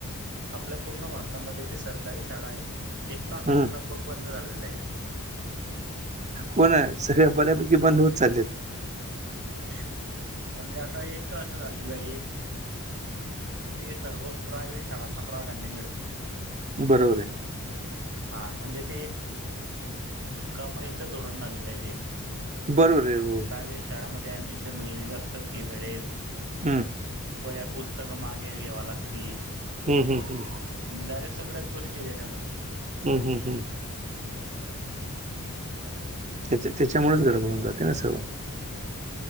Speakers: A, on the right (about 55°); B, on the right (about 30°).
A: आपल्या पूर्ण भारतामध्ये जे सरकारी शाळा आहेत एक लाखाच्या
B: हं.
A: ल बघ बंद झालेलं आहे.
B: हो ना सगळ्या बऱ्यापैकी बंद होत चाललेत.
A: म्हणजे आता एक का असं झालेलं आहे. की सर्व प्रायव्हेट शाळांना प्राधान्य मिळते.
B: बरोबर आहे.
A: हा म्हणजे ते एक कमाईच धोरण झालेलं आहे ते
B: बरोबर आहे.
A: प्रायव्हेट शाळामध्ये ऍडमिशन होईल जास्त फी मिळेल.
B: हम्म
A: वया पुस्तक मागे घ्यावा लागतील.
B: हं, हं, हं,
A: म्हणे डायरेक्ट सगळ्या गोष्टी आहे त्याच्यामध्ये
B: हम हम त्याच्या त्याच्यामुळेच गडबडून जाते ना सर्व